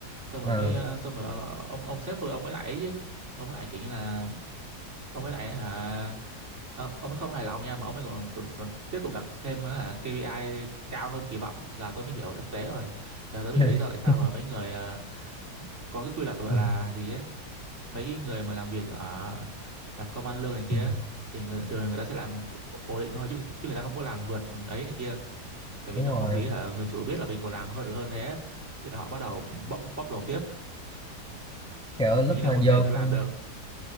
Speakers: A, on the right; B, in the centre.
A: xong
B: ờ.
A: rồi cái ờ, xong rồi ờ, ông ông sếp tôi ông mới lại ấy chứ ông mới lại kiểu như là ông ấy lại hả ờ, ông ấy không hài lòng nha mà ông ấy còn còn còn tiếp tục đặt thêm hả KPI cao hơn kỳ vọng giờ tôi mới hiểu thực tế rồi giờ tôi mới
B: <laughs>
A: hiểu lý do tại sao mà mấy người ờ, có cái quy luật gọi
B: Ừ.
A: là gì ấy mấy cái người mà làm việc ở làm công ăn lương này kia
B: Ừ.
A: thì người, thường người ta sẽ làm một- ổn định thôi chứ chứ người ta không có làm vượt ấy này kia tại vì
B: đúng
A: nếu
B: rồi
A: không thì hả người chủ biết là mình còn làm hơn được hơn thế thế là họ bắt đầu bóc bóc lột tiếp
B: kiểu lúc
A: kiểu như là
B: mà
A: một ngày
B: vô
A: tôi
B: ừ,
A: làm được